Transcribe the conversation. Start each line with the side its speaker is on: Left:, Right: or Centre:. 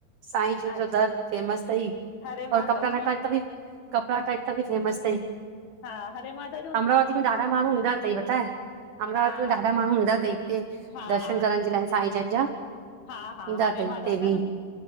Right: साईं जी
Left: अच्छा,
Right: जो दर फेमस थई
Left: हरे
Right: और
Left: माधव
Right: कपिड़ा लटा इते बि कपड़ा इता या बि फेमस थई।
Left: हा हरे मधव
Right: अमरावती में ॾाढा माण्हू ईंदा तई, पता ए! अमरावती
Left: हा
Right: में
Left: हा,
Right: ॾाढा माण्हू ईंदा अथई हिते,
Left: हा
Right: दर्शन
Left: हा,
Right: करण जे लाइ साईं जन जा।
Left: हा हा
Right: ईंदा
Left: हरे
Right: थई हिते
Left: माधव
Right: बि,
Left: जा न,